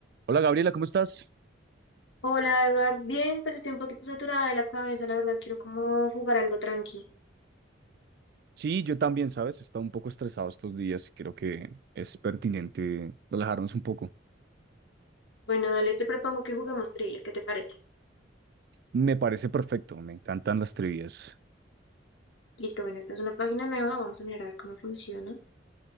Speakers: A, on the right; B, on the left.
A: Hola Gabriela, ¿cómo estás?
B: Hola, Edgar. Bien, pues estoy un poquito saturada de la cabeza, la verdad. Quiero como jugar algo tranqui.
A: Sí, yo también, ¿sabes? He estado un poco estresado estos días y creo que es pertinente relajarnos un poco.
B: Bueno, dale, te propongo que juguemos trivia. ¿Qué te parece?
A: Me parece perfecto, me encantan las trivias.
B: Listo, bueno, esta es una página nueva. Vamos a mirar a ver cómo funciona.